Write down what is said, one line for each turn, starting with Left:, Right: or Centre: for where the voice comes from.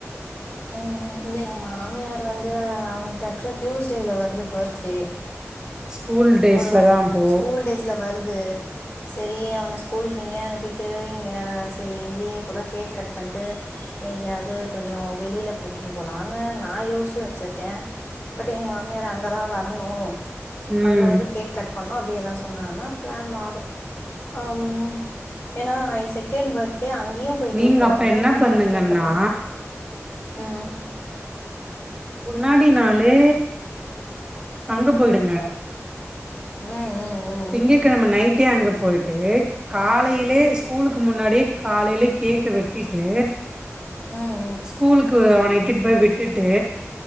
Left: ம் ம் இல்ல எங்க மாமியார் வந்து அவனுக்கு ஆக்சுவலா டியூஸ்டேல வருது பர்த்டே
Right: ஸ்கூல் டேஸ்ல
Left: ஒருவா
Right: தா அப்போ
Left: ஸ்கூல் டேஸ்ல வருது செரி அவன ஸ்கூலுக்கு இங்கயே அனுப்பிட்டு இங்க செரி இங்கயே கூட கேக் கட் பண்ட்டு எங்கயாது கொஞ்சோ வெளில கூட்டின்னு போலான்னு நா யோசிச்சி வச்சிருக்கே பட் எங்க மாமியார் அங்கதா வரணு
Right: ம்
Left: அங்க வந்து கேக் கட் பண்ணனு அப்டி எதா சொன்னாங்கன்னா பிளான் மாறு ஆமா ஏன்னா இது செகண்ட் பர்த்டே அங்கயு போய்
Right: நீங்க
Left: கேக் கட்
Right: அப்ப
Left: பண்ணனு
Right: என்ன
Left: இங்கயு
Right: பண்ணுங்கன்னா
Left: கேக் கட் பண்ணுவாங்க ம்
Right: முன்னாடி நாளே அங்க போயிடுங்க
Left: ம் ம் ம்
Right: திங்கக்கெழம நைட்டே அங்க போயி்ட்டு காலைலே ஸ்கூலுக்கு முன்னாடியே காலைலே கேக்க வெட் கூட்டிட்டு
Left: ம்
Right: ஸ்கூலுக்கு அவன இட்டுட்டு போய் விட்டுட்டு